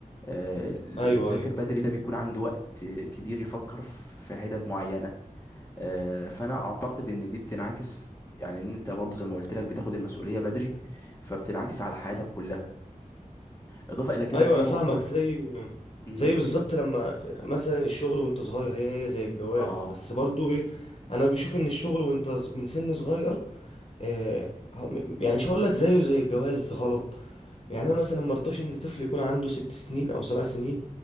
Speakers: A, on the left; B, on the left.
A: آه اللي
B: ايوه
A: بيذاكر
B: ايوه
A: بدري ده بيكون عنده وقت كبير يفكر في في حتت معينة آه فانا اعتقد ان دي بتنعكس يعني ان انت برضو زي ما قلت لك بتاخد المسؤولية بدري فبتنعكس على حياتك كلها اضافة الى كده
B: ايوه
A: في
B: انا
A: نقطة
B: فاهمك زي
A: مم،
B: زي بالظبط لما مثلا الشغل وانت صغير هي هي زي الجواز
A: اه
B: بس برضو ايه انا بشوف ان الشغل وانت ز- من سن صغير آه، هم- يعني مش هقول لك زيه زي الجواز غلط يعني انا مثلا ما ارضاش ان طفل يكون عنده ست سنين او سبع سنين